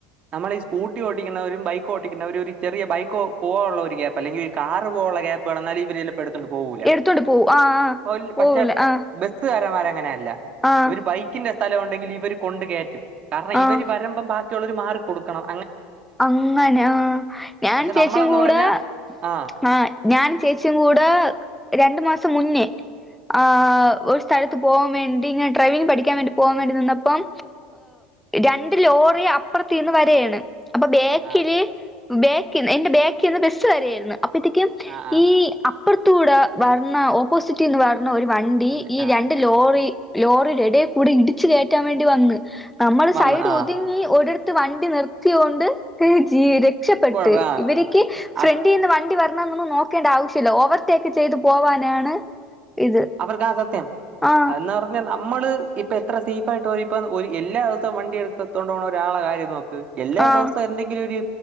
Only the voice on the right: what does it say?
നമ്മള് ഈ സ്കൂട്ടി ഓടിക്കുന്നവരും ബൈക്ക് ഓടിക്കുന്നവരും ഒരു ചെറിയ ബൈക്കൊ പോവാനുള്ള ഒരു ഗ്യാപ്പ് അല്ലെങ്കില് ഒരു കാർ പോവാള്ളെ ര് ഗ്യാപ്പ് വാണം എന്നാല് ഇവര് ചെലപ്പോ എടുത്തോണ്ട് പോവൂല
പോല്
പക്ഷെ
ബസ് <unintelligible> അങ്ങനെയല്ല
ഒരു ബൈക്കിന്റെ സ്ഥലം ഒണ്ടെങ്കില് ഇവര് കൊണ്ട് കേറ്റും കാറണം ഇവര്
വരുമ്പം ബാ റ്റുള്ളോര് മാറികൊടുക്കണം
പക്ഷേ
നമ്മളെന്ന്
പറഞ്ഞാ ആ,
ആ,
ആ, ആ,
ഉണ്ട്.
ആ,
വന്ന്.
ആ,
കുഴ ആ
അത്
അവർക്ക ആ സത്യം
എന്ന് പറഞ്ഞ് ന മ്മള് ഇപ്പൊ എത്ര സേഫായിട്ടൊരു ഇപ്പ ഒര് എല്ലാ ദിവസവും വണ്ടി എടുക്കത്തോണ്ട് പോണ ഒരാളെ കാര്യം നോക്ക് എല്ലാ
ദിവസവും എന്തെങ്കിലും ഒരു